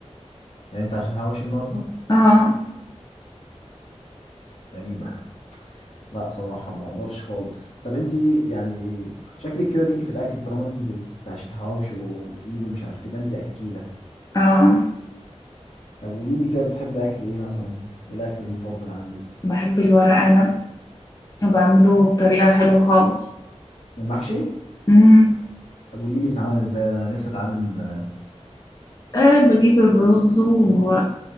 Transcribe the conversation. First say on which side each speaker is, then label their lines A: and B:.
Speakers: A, on the left; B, on the left.
A: يعني انت عشان حواوشي النهارده
B: اه
A: غريبه لا صراحة ما اقدرش خالص طب انت يعني شكلك كده ليكي في الاكل طالما انت بتعشي حواوشي وتقيل ومش عارف ايه، يبقى انت اكيلة
B: اه
A: طب قولي لي كده بتحب اكل ايه مثلا ايه الاكل المفضل عندك
B: بحب الورق عنب وبعمله بطريقة حلوة خالص
A: المحشي
B: مم.
A: طب قولي لي بيتعمل ازاي ده انا نفسي اتعلم من زمان
B: آه بجيب الرز و-